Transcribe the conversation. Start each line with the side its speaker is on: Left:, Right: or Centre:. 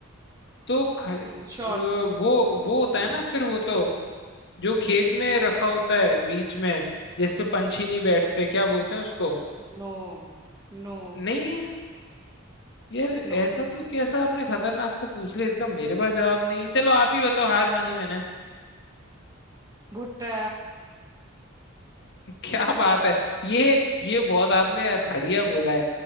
Left: तो खड़े
Right: हम्म शॉल
Left: वो वो वो होता
Right: हम्म
Left: है ना फिर वो तो जो खेत में रखा होता है बीच में जिसपे पंछी नहीं बैठते क्या बोलते हैं उसको
Right: नो नो
Left: नहीं है यार
Right: नो
Left: ऐसा तो कैसा आपने खतरनाक सा पूछ लिया इसका मेरे पास जवाब नहीं है चलो आप ही बताओ हार मानी मैंने
Right: भुट्टा
Left: <laughs> क्या बात है ये ये बहुत आपने बढ़िया बोला है